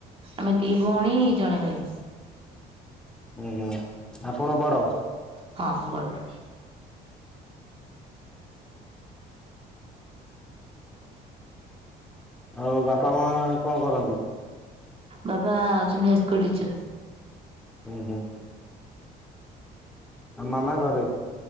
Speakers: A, on the right (about 35°); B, in the centre.
A: ଆମେ ଦି ଭଉଣୀ ଜଣେ ଭାଇ
B: ହୁଁ ହୁଁ ଆପଣ ବଡ
A: ହଁ ମୁଗୋଡ଼ି
B: ଆଉ ବାପା ମା କଣ କରନ୍ତି
A: ବାବା ଅଛନ୍ତି ହାଇ ସ୍କୁଲ ଟିଚର
B: ହୁଁ ହୁଁ ଆଉ ମାମା ଘରେ